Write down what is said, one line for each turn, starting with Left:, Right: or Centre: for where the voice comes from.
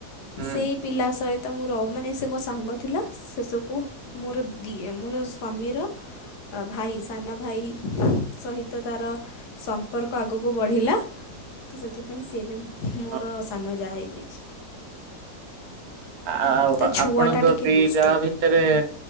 Right: ହୁଁ
Left: ସେଇ ପିଲା ସହିତ ମୋର ମାନେ ସେ ମୋ ସାଙ୍ଗ ଥିଲା ଶେସବକୁ ମୋର ଦିଏ ମୋର ମମିର ଭାଇ ସାନ ଭାଇ ସହିତ ତାର ସମ୍ପର୍କ ଆଗକୁ ବଢିଲା ତ ସେଥିପାଇଁ ସିଏ ଏବେ ମୋର
Right: ହଁ।
Left: ସାନ ଯାହା ହେଇଯାଇଛି।
Right: ଆଉ
Left: ତା ଛୁଆଟା
Right: ଆପଣଙ୍କ
Left: ଟିକେ
Right: ଦି
Left: ଦୁଷ୍ଟଟା
Right: ଯାହା ଭିତରେ